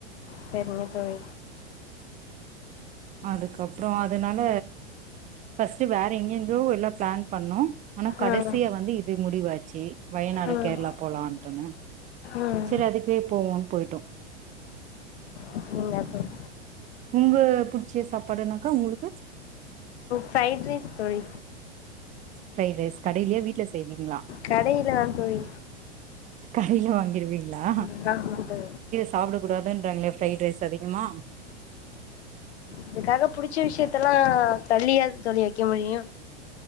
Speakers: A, on the left (about 70°); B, on the right (about 25°).
A: செரிங்க தோழி
B: அதுக்கப்றோ அதனால ஃபஸ்ட்டு வேற எங்கேந்தோ எல்லா ப்ளான் பண்ணோ ஆனா கடசியா
A: ம்
B: வந்து இது முடிவாச்சு வயநாடு
A: ம்
B: கேர்ளா போலான்ட்டுனு
A: ம்
B: செரி அதுக்கே போவோன் போய்ட்டோ
A: அப்படிங்களா தோழி
B: உங்க புட் ச்சே சாப்பாடுனாக்கா உங்குளுக்கு
A: ஃப்ரைட் ரைஸ் தோழி
B: ப்ரைட் ரைஸ் கடைலியா வீட்ல செய்விங்ளா
A: கடையில் தான் தோழி
B: கடைல வாங்கிருவிங்ளா
A: எல்லா இங்குட்டு
B: சாப்டக்கூடாதுன்றாங்ளே ஃப்ரைட் ரைஸ் அதிகமா
A: அதுக்காக புடிச்ச விஷ்யத்தல்லா தள்ளியா தோழி வெக் க்க முடியு